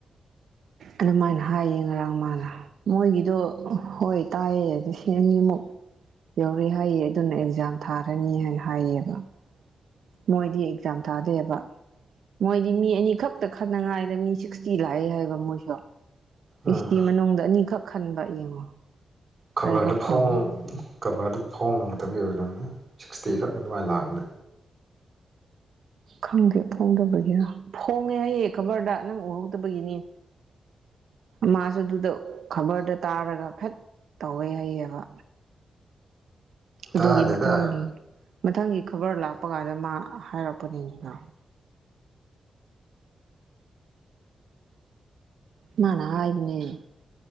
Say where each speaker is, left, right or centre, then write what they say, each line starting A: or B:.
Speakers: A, on the right; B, on the right.
A: ꯑꯗꯨꯃꯥꯏꯅ ꯍꯥꯏꯌꯦ ꯉꯔꯥꯡ ꯃꯥꯅ ꯃꯣꯏꯒꯤꯗꯣ ꯍꯣꯏ ꯇꯥꯏꯌꯦ ꯂꯤꯁꯤꯡ ꯑꯅꯤꯃꯨꯛ ꯌꯧꯔꯦ ꯍꯥꯏꯌꯦ ꯑꯗꯨꯅ ꯑꯦꯛꯖꯥꯝ ꯊꯥꯔꯅꯤ ꯅ ꯍꯥꯏꯌꯦꯕ ꯃꯣꯏꯗꯤ ꯑꯦꯛꯖꯥꯝ ꯊꯥꯗꯦꯕ ꯃꯣꯏꯗꯤ ꯃꯤ ꯑꯅꯤꯈꯛ ꯈꯛꯇ ꯈꯠꯅꯉꯥꯏꯗ ꯃꯤ ꯁꯤꯛꯁꯇꯤ ꯂꯥꯛꯑꯦ ꯍꯥꯏꯕ ꯃꯣꯏꯁꯨ ꯁꯤꯛꯁꯇꯤ
B: ꯎꯝ
A: ꯃꯅꯨꯡꯗ ꯑꯅꯤꯈꯛ ꯈꯟꯕ ꯌꯦꯡꯉꯣ
B: ꯈꯕꯔꯗꯨ
A: ꯂꯥꯏꯕꯛ
B: ꯐꯣꯡ
A: ꯐꯕ
B: ꯈꯕꯔꯗꯨ ꯐꯣꯡꯕ ꯃꯇꯝꯒꯤ ꯑꯣꯏꯗꯕꯅꯦ ꯁꯤꯛꯁꯇꯤ ꯈꯛ ꯑꯗꯨꯃꯥꯏꯅ ꯂꯥꯛꯑꯗ
A: ꯈꯪꯗꯦ ꯐꯣꯡꯗꯕꯒꯤꯔ ꯐꯣꯡꯉꯦ ꯑ‌ꯦ ꯈꯕꯔꯗ ꯅꯪ ꯎꯍꯧꯗꯕꯒꯤꯅꯤ ꯃꯥꯁꯨ ꯑꯗꯨꯗ ꯈꯕꯔꯗ ꯇꯥꯔꯒ ꯐꯦꯠ ꯇꯧꯋꯦ ꯍꯩꯌꯦꯕ
B: ꯇꯥꯗꯦꯗ
A: ꯑꯗꯨꯒꯤ ꯃꯊꯪꯒꯤ ꯃꯊꯪꯒꯤ ꯈꯕꯔ ꯂꯥꯛꯄ ꯀꯥꯟꯗ ꯃꯥ ꯍꯥꯏꯔꯛꯄꯅꯤꯅ ꯃꯥꯅ ꯍꯥꯏꯗꯨꯅ‌ꯦ